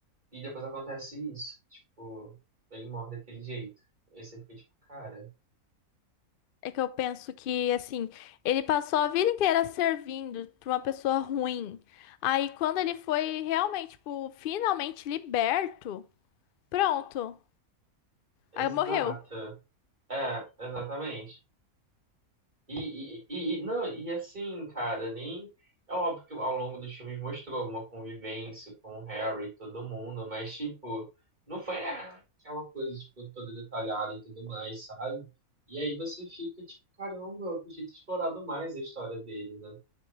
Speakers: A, on the right; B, on the left.
A: e depois acontece isso. Tipo, ele morre daquele jeito. Aí você fica tipo, cara,
B: É que eu penso que, assim, ele passou a vida inteira servindo pra uma pessoa ruim. Aí, quando ele foi realmente, tipo, finalmente liberto, pronto.
A: exata.
B: Aí morreu.
A: É, exatamente. E, e, e, e- não, e assim, cara, nem. É óbvio que ao longo dos filmes mostrou uma convivência com o Harry e todo mundo, mas, tipo, não foi ah, aquela coisa, tipo, toda detalhada e tudo mais, sabe? E aí você fica, tipo, caramba, eu podia ter explorado mais a história dele, né?